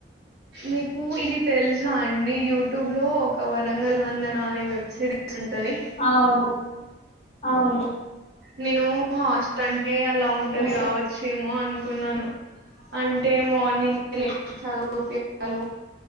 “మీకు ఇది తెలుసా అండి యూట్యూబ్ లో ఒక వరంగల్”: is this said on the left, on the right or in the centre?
Right